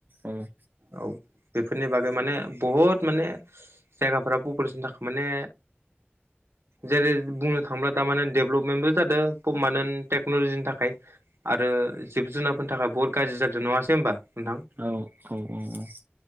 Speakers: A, on the right; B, on the right.
A: औ
B: औ बेफोरनि बागै माने बहुद माने जायगाफोरा पपुलेसन थाखाय माने जेरै बुंनो थाङोब्ला दा माने डेभलपमेन्टबो जादों पारमानेन्ट टेक्न'लजिनि थाखाय आरो जिब जुनारफोरनि थाखाय बहुत गाज्रि जादों नङासै होनबा नोंथां
A: औ औ औ औ